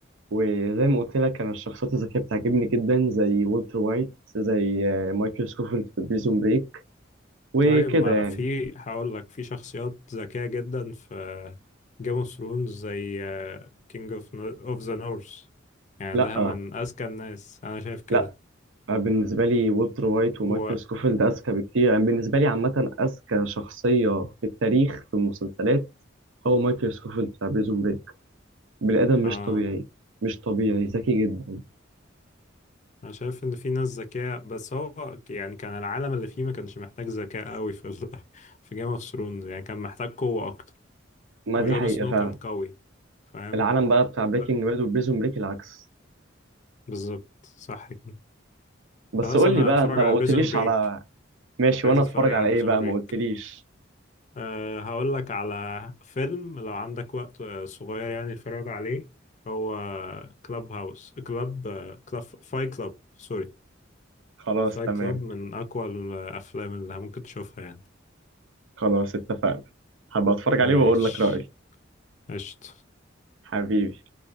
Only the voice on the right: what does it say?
وزي ما قلت لك انا الشخصيات الذكيه بتعجبني جدا زي والتر وايت زي آه، مايكل سكوفيلد في بريزون بريك وكده
يعني
لا
لا أنا بالنسبة لي والتر وايت ومايكل
سكوفيلد أذكى بكتير يعني بالنسبة لي عامة أذكى شخصية في التاريخ في المسلسلات هو مايكل سكوفيلد بتاع بريزون بريك بني آدم مش
طبيعي مش طبيعي ذكي جدا
ما
دي حقيقة
فعلا
العالم بقى بتاع بريكنج
باد وبريزون بريك العكس
بس
قول
لي بقى
أنت ما
قلتليش
على ماشي
وأنا أتفرج
على إيه
بقى
ما قلتليش
خلاص
تمام
خلاص اتفقنا هبقى أتفرج عليه
وأقول لك رأيي
حبيبي